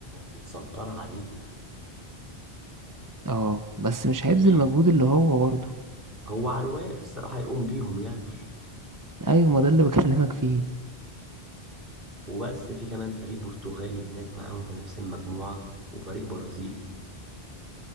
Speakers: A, on the right (about 60°); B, on the right (about 20°).
A: متسنطرة عليه
B: اه بس مش
A: مش
B: هيبذل المجهود اللي هو برضه
A: هو على الواقف الصراحة هيقوم بيهم يعني
B: أيوة ما ده اللي <laughs> بكلمك فيه
A: وبس في كمان فريق برتغالي هناك معاهم في نفس المجموعة وفريق برازيلي